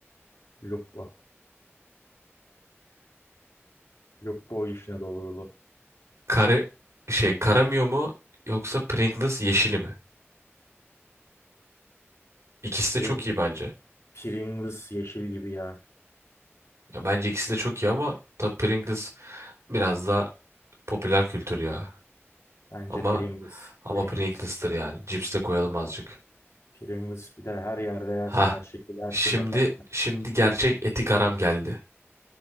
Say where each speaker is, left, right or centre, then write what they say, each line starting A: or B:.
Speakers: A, on the left; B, on the right.
A: Lupo. Lupo işine dolgulu.
B: Kare şey Karamio mu yoksa Pringles yeşili mi? İkisi
A: Pring
B: de çok iyi bence.
A: Pringles yeşil gibi ya.
B: Ya bence ikisi de çok iyi ama tabii Pringles biraz daha popüler kültür ya.
A: Bence
B: Ama
A: Pringles.
B: ama
A: Pringles.
B: Pringles'tır yani. Cips de koyalım azıcık.
A: Pringles bir de her yerde yersin
B: Ha.
A: her şekilde her
B: Şimdi
A: şey yapar.
B: şimdi gerçek etik aram geldi.